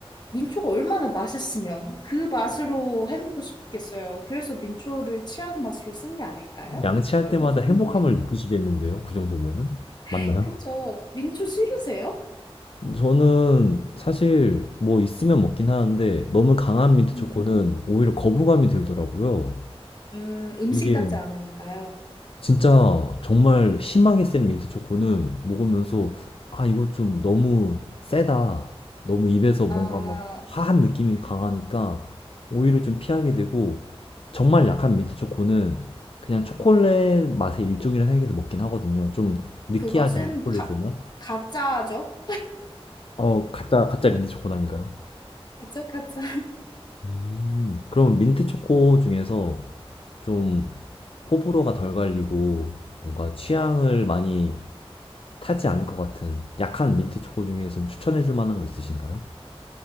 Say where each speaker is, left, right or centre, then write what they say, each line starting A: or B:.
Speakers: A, on the left; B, on the left.
A: 민초가 얼마나 맛있으면 그 맛으로 헹구고 싶겠어요. 그래서 민초를 치약 맛으로 쓴 게 아닐까요?
B: 양치할
A: 이렇게
B: 때마다
A: 좀,
B: 행복함을 느끼시겠는데요. 그 정도면은.
A: <laughs>
B: 맞나요?
A: 그쵸. 민초 싫으세요?
B: 저는 사실 뭐 있으면 먹긴 하는데 너무 강한 민트
A: 음,
B: 초코는 오히려 거부감이 들더라고요.
A: 음, 음식
B: 이게
A: 같지 않으니까요.
B: 진짜 정말 심하게 센 민트 초코는 먹으면서 아 이거 좀 너무 세다. 너무 입에서
A: 아,
B: 뭔가 막 화한 느낌이 강하니까 오히려 좀 피하게 되고 정말 약한 민트 초코는 그냥 초콜릿 맛의 일종이라 생각해서 먹긴 하거든요. 좀 느끼하지
A: 그것은
B: 않아요? 초콜릿의
A: 가,
B: 맛?
A: 가짜죠?
B: 어, 가짜 가짜 민트 초코라니까요.
A: 가짜, 가짜.
B: 음, 그럼 민트 초코 중에서 좀 호불호가 덜 갈리고 뭔가 취향을 많이 타지 않을 것 같은 약한 민트 초코 중에 좀 추천해 줄 만한 거 있으신가요?